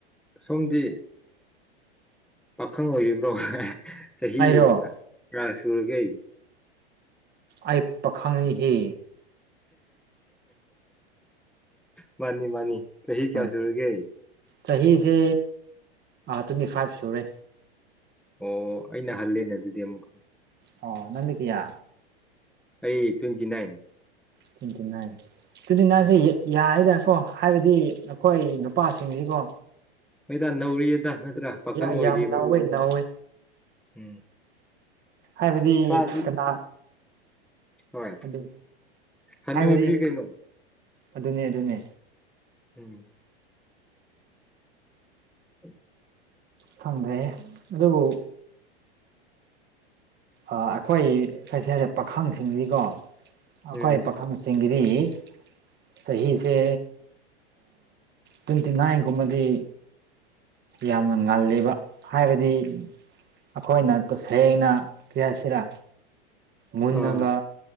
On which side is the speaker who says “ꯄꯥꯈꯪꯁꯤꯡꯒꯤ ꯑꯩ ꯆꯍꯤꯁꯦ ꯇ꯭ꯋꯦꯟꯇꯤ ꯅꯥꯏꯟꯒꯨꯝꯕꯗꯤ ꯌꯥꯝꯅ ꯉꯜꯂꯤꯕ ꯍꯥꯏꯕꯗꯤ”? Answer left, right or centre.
Right